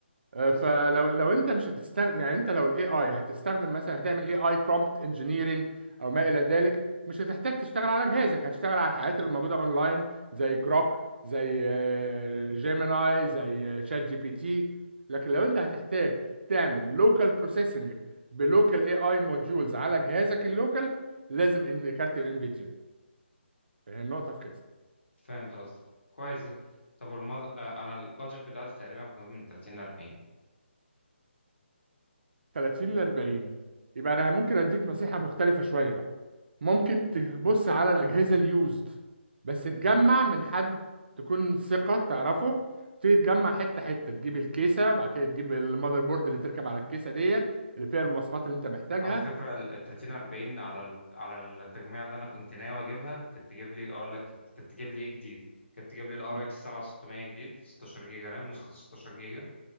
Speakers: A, on the right (about 55°); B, on the left (about 70°).
A: آه،
B: بالظبط
A: فلو لو انت مش هتستخدم يعني انت لو الاي اي هتستخدم مثلا هتعمل اي اي برومبت انجينيرنج او ما الى ذلك مش هتحتاج تشتغل على جهازك هتشتغل على الحاجات اللي موجوده اونلاين زي جروك زي جيميناي زي شات جي بي تي لكن لو انت هتحتاج تعمل لوكال بروسيسنج بلوكال اي اي موديولز على جهازك اللوكال لازم إن- كارت الانفيديا هي النقطه في كده
B: فهمت قصدك كويس ده طب والمض... آه، انا البادجت بتاعتي تقريبا في حدود من 30 ل 40
A: 30 ل 40 يبقى انا ممكن اديك نصيحه مختلفه شويه بقى ممكن تبص على الاجهزه اليوزد بس تجمع من حد تكون ثقه تعرفه تبتدي تجمع حته حته تجيب الكيسه وبعد كده تجيب المذر بورد اللي تركب على الكيسه ديت اللي فيها المواصفات اللي انت محتاجها
B: على فكرة ال ال 30 40 على ال على التجميع اللي أنا كنت ناوي أجيبها كانت تجيب لي أقول لك كانت تجيب لي إيه جديد كانت تجيب لي ال RX
A: مم.
B: 7600 جديد 16 جيجا رام نسخة 16 جيجا